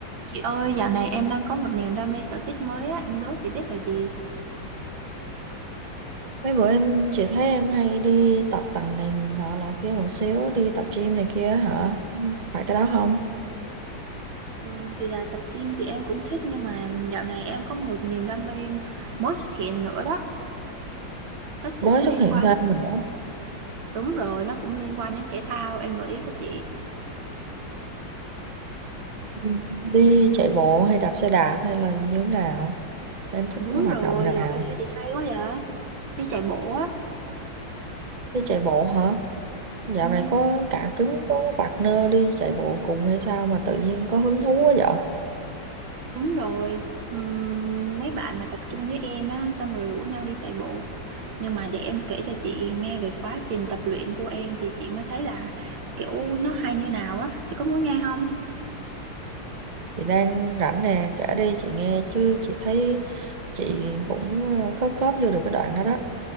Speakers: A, on the right (about 75°); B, on the right (about 40°).
A: Chị ơi, dạo này em đang có một niềm đam mê sở thích mới á, em đố chị biết là gì?
B: Mấy bữa em chị thấy em hay đi tập tành này nọ lọ kia một xíu, đi tập gym này kia hả? Phải cái đó không?
A: Ừm, thì là tập gym thì em cũng thích nhưng mà dạo này em có một niềm đam mê mới xuất hiện nữa đó. Nó cũng
B: Mới xuất
A: liên
B: hiện
A: quan
B: thêm
A: đến,
B: nữa.
A: đúng rồi, nó cũng liên quan đến thể thao, em gợi ý cho chị.
B: Ừ. Đi chạy bộ hay đạp xe đạp hay là như thế nào? Em thích
A: Đúng
B: cái hoạt
A: rồi,
B: động nào?
A: trời ơi sao chị hay quá vậy? Đi chạy bộ á.
B: Đi chạy bộ hả? Dạo
A: Ừ.
B: này có cả cứng có partner đi chạy bộ cùng hay sao mà tự nhiên có hứng thú quá vậy?
A: Đúng rồi, Ừm, mấy bạn mà tập trung với em á, xong rồi rủ nhau đi chạy bộ. Nhưng mà để em kể cho chị nghe về quá trình tập luyện của em thì chị mới thấy là kiểu nó hay như nào á. Chị có muốn nghe không?
B: Chị đang rảnh nè, kể đi chị nghe chứ chị thấy chị cũng khớp khớp vô được cái đoạn đó đó.